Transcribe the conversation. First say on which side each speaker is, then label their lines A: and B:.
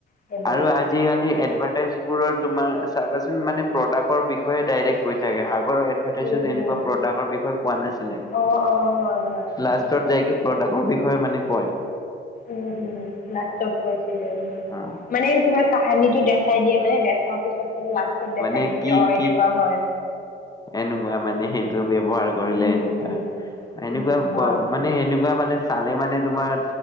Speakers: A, on the left; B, on the left.
A: সেইবোৰ
B: আৰু আজি আজিকালি এডভাৰ্টাইজবোৰৰ তোমাৰ চাবাচোন মানে প্ৰডাক্টৰ বিষয়ে ডাইৰেক্ট কৈ থাকে। আগত এড ভাৰটাইজমেণ্টত
A: উম
B: এনেকুৱা
A: উম
B: প্ৰডাক্টৰ বিষয়ে কোৱা নাছিলে।
A: অ অ হয় হয়
B: লাষ্টত
A: ঠিকে ক'লা
B: যাইকে প্ৰডাক্টৰ বিষয়ে মানে কয়।
A: উম উম, লাষ্টত কৈছিলে উম।
B: অ'
A: মানে তোমাৰ কাহানীটো দেখাই দিয়ে মানে দেখাৰ পিছত লাষ্টত দেখাই
B: মানে
A: দিয়ে
B: কি
A: যে অ
B: কি
A: এনেকুৱা হয়।
B: এনেকুৱা মানে সেইটো ব্যৱহাৰ কৰিলে
A: উম
B: এনেকুৱা
A: উম
B: এনেকুৱা
A: উম হয়
B: ক মানে এনেকুৱা মানে চালে মানে তোমাৰ